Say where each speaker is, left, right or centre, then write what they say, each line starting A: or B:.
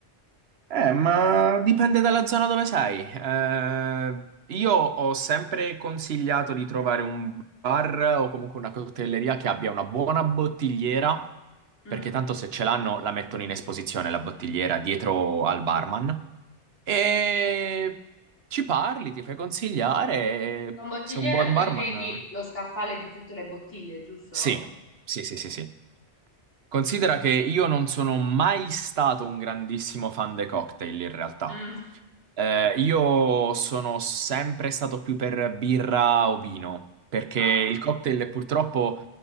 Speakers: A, on the right; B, on the left.
A: Eh, ma dipende dalla zona dove sei. Eh, io ho sempre consigliato di trovare un bar o comunque una cocktaileria che abbia una buona bottigliera,
B: Mm.
A: perché tanto se ce l'hanno la mettono in esposizione la bottigliera dietro al barman. E ci parli, ti fai consigliare. e
B: Con bottigliera
A: Se un buon
B: tu
A: barman.
B: intendi lo scaffale di tutte le bottiglie, giusto?
A: Sì, sì, sì, sì, sì. Considera che io non sono mai stato un grandissimo fan dei cocktail in realtà.
B: Mm.
A: Eh, io sono sempre stato più per birra o vino, perché
B: Ah.
A: il cocktail purtroppo